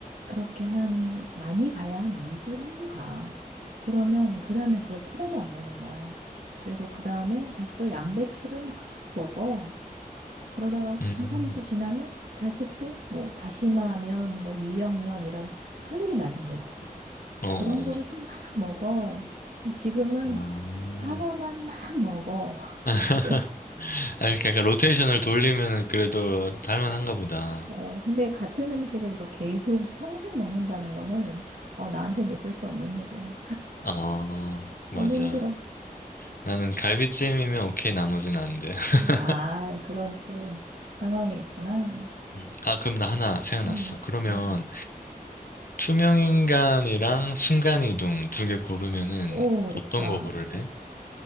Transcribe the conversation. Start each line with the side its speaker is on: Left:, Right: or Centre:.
Right: 그렇게 한, 많이 가야 한 2주, 3주 가. 그러면 그 다음엔 그걸 쳐다도 안 보는 거야. 그리고 그 다음에 다시 또 양배추를 막 먹어. 그러다가
Left: 음.
Right: 한 3주 지나면 다시 또 뭐 다시마면, 뭐 미역면 이런 칼로리 낮은 거 있지.
Left: 어. 어,
Right: 그런 거를
Left: 어.
Right: 또 막 먹어. 그럼 지금은
Left: 아.
Right: 사과만 막 먹어. <laughs>
Left: <laughs> 아,
Right: 지금.
Left: 그러니까 약간 로테이션을 돌리면은 그래도 할 만한가 보다.
Right: 어, 근데 같은 음식을 이거 계속 평생 먹는다는 거는, 어, 나한텐 있을 수 없는 일이야.
Left: 어, 맞아.
Right: 너무 힘들어.
Left: 나는 갈비찜이면 오케이, 나머지는 안 돼. <laughs>
Right: 아, 그런 또 상황이 있구나.
Left: 음. 아, 그럼 나 하나 생각났어.
Right: 음,
Left: 그러면
Right: 음.
Left: 투명인간이랑 순간이동 두 개 고르면은
Right: 오, 어렵다.
Left: 어떤 거 고를래?